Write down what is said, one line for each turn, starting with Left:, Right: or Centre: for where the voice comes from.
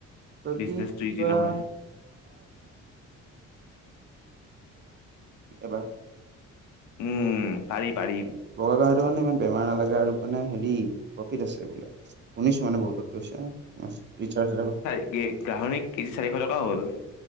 Right: বাকী
Left: বিজনেচটো ইজি
Right: বা
Left: নহয়
Right: <inaudible>
Left: উম পাৰি পাৰি
Right: বগা গাহৰিটো মানে ইমান বেমাৰ নালাগে আৰু মানে হেৰি প্ৰফিট আছে বোলে শুনিছো মানে বহুতত কৈছে ৰিচাৰ্ছ এটাত
Left: কি গাহৰি কেজি চাৰিশ টকা হ'ল।